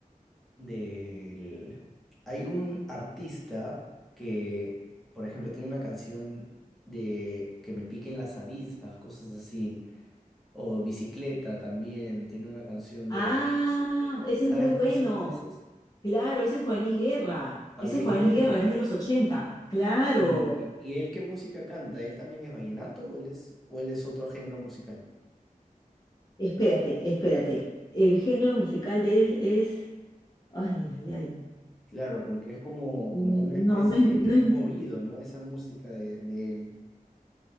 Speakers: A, in the centre; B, on the left.
A: del- Hay un artista que, por ejemplo, tiene una canción de que me piquen las avispas, cosas así. O Bicicleta también tiene una canción
B: Ah,
A: de.
B: ese
A: ¿Sabes
B: es muy bueno.
A: cómo se llama ese?
B: Claro, ese es Juan Luis Guerra.
A: Juan
B: Ese
A: Luis
B: es Juan
A: Guerra.
B: Luis Guerra, es de los ochenta. Claro.
A: ¿Y, y él qué música canta? ¿Él también es vallenato o él es, o él es otro género musical?
B: Espérate, espérate. El género musical de él es... Ay, ay, ay.
A: Claro, porque es como,
B: No,
A: como una especie,
B: no es, no
A: es
B: es...
A: movido, ¿no? Esa música de, de él.